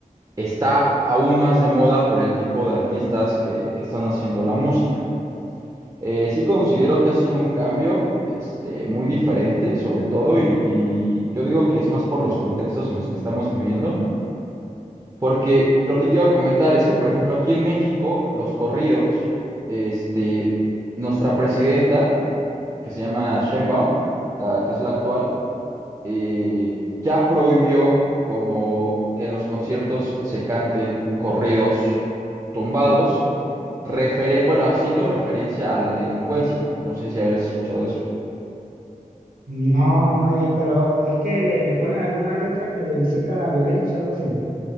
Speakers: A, on the right (about 30°); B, on the right (about 85°).
A: está aún más de moda por el tipo de artistas que, que están haciendo la música. Eh, sí considero que ha sido un cambio, este, muy diferente, sobre todo, y, y yo digo que es más por los contextos en los que estamos viviendo. Porque lo que te iba a comentar es que, por ejemplo, aquí en México, los corridos, este, nuestra presidenta, que se llama Sheinbaum, la que es la actual, eh, ya prohibió como que en los conciertos se canten corridos tumbados, referen- bueno, haciendo referencia a la delincuencia. No sé si habías escuchado eso.
B: No, no, no, y- pero es que le, le ponen alguna letra que incita a la violencia, algo así.